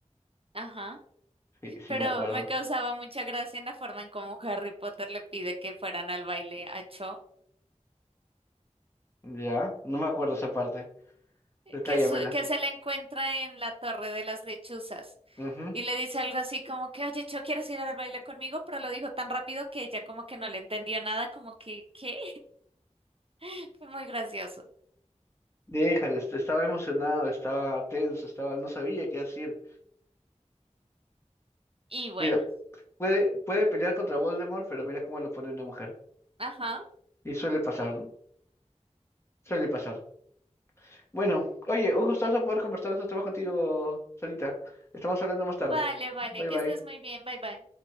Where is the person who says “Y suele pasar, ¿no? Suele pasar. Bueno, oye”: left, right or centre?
Left